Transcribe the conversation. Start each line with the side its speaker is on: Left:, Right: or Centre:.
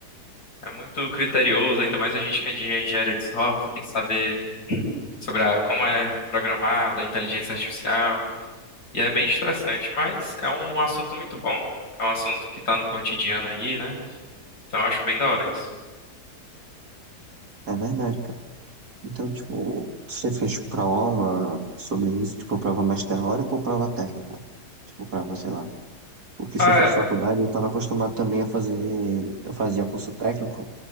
Left: é muito criterioso, ainda mais a gente que é de engenharia de software, tem que saber sobre a, como é programada a inteligência artificial. E é bem estressante, mas é um assunto muito bom. É um assunto que tá no cotidiano aí, né? Então eu acho bem da hora isso.
Right: É verdade, cara. Então, tipo, você fez prova sobre isso, tipo, prova mais teórica ou prova técnica? Tipo, prova, sei lá. Porque
Left: Ah,
Right: você faz
Left: é,
Right: faculdade, eu estava acostumado também a fazer, eu fazia curso técnico